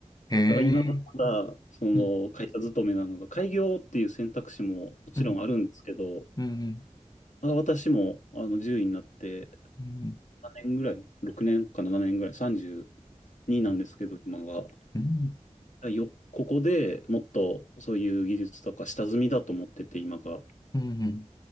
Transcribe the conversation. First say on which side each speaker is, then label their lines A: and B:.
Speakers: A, on the left (about 35°); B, on the left (about 85°).
A: へえ、
B: だから今はまだ、その会社勤めなのが、
A: うん、
B: 開業っていう選択肢ももちろんあるんですけど、
A: うん、うん、
B: まあ私もあの獣医になって、
A: うん、
B: 年ぐらい、6年か7年ぐらい、32なんですけど、
A: う
B: 今が。
A: ん、
B: よ、ここでもっとそういう技術とか下積みだと思ってて、今が。
A: うん、